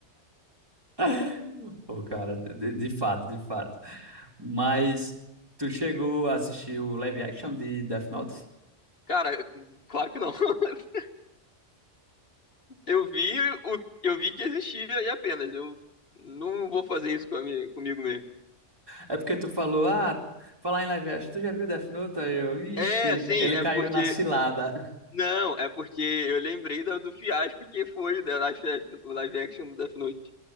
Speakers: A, on the right; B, on the left.
A: <laughs> Pô, cara, de, de fato, de fato. Mas tu chegou a assistir o live action de Death Note?
B: Cara, claro que não. <laughs> Eu vi o, eu vi que existia e apenas, eu não vou fazer isso com a minha- comigo mesmo.
A: É porque tu falou, ah, falar em live action, tu já viu Death Note? Aí eu, ixi,
B: É,
A: ele,
B: sim,
A: ele
B: é
A: caiu
B: porque,
A: na cilada.
B: não, é porque eu lembrei da- do fiasco que foi o da live action, o live action do Death Note.